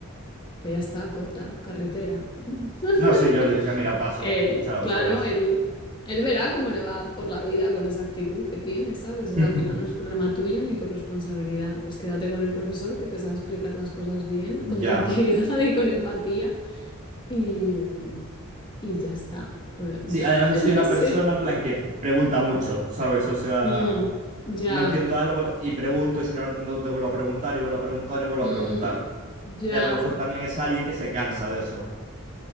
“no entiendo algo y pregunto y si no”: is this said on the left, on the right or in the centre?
Right